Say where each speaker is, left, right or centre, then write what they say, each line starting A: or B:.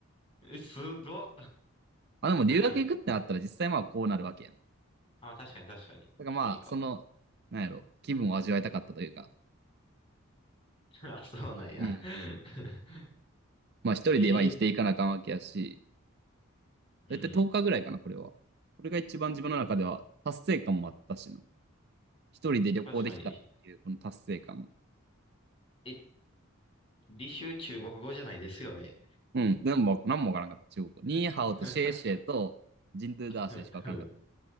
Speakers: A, on the left; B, on the right.
A: えすごっ。
B: まあ、でも留学行くってなったら実際まあこうなるわけやん。
A: <laughs>
B: だ
A: あ、確かに確かに。
B: からまあ、
A: 一人か。
B: その、なんやろ、気分を味わいたかったというか。
A: <laughs> あ、そうなんや。
B: うん。
A: <laughs>
B: まあ一人でまあ生きていかなあかんわけやし、
A: ええうん。
B: だいたい10日ぐらいかな、これは。これが一番自分の中では達成感もあったしな。一人で旅行できたっていうこの達成感。
A: 確かに。え、履修中国語じゃないですよね。
B: うん。でも、なんもわからんかった、中国語。ニーハオとシェイシェイとジンドゥダーシェイしかわからんかった。
A: <laughs> うん